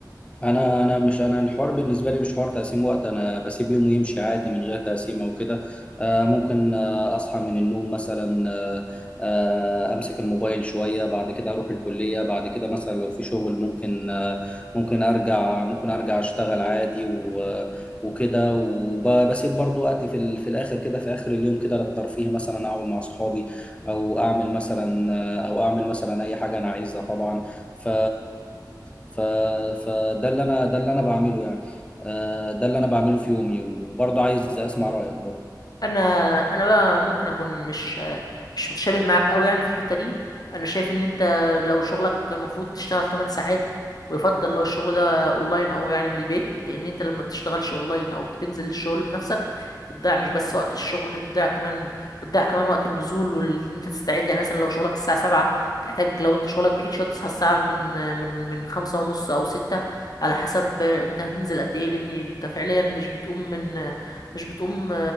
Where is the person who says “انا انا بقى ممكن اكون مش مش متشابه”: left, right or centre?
Left